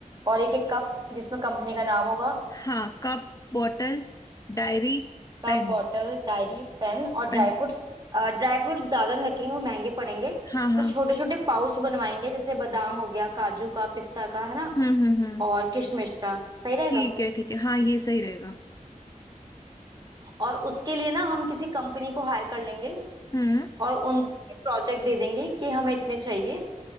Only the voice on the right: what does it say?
और एक एक कप जिसमें कंपनी का नाम होगा
कप
बॉटल डायरी पेन और
ड्राई फ्रूट्स ड्राई फ्रूट्स ज्यादा नहीं रखेंगे वो महंगे पड़ेंगे
तो छोटे छोटे पाउच बनवाएंगे जैसे बादाम हो गया काजू का पिस्ता का है ना
और किशमिश का सही रहेगा
और उसके लिए ना हम किसी कंपनी को हायर कर लेंगे
और उनको ये प्रोजेक्ट दे देंगे कि हमें इतने चाहिए